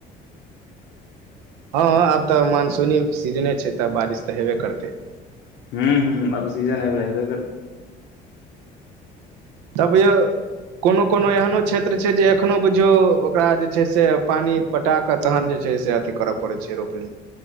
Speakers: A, on the right; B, on the left.
A: हँ आब तऽ मानसूनी सीजने छै तऽ बारिश तऽ हेबे करतै
B: हूँ हँ अ त सीजन अबै ह
A: तबौ कोनो कोनो एहनो क्षेत्र छै जे एखनो बुझियौ ओकरा जे छै से पानि पटा कऽ तहन जे छै से अथी करय पड़ैत छै रोपनी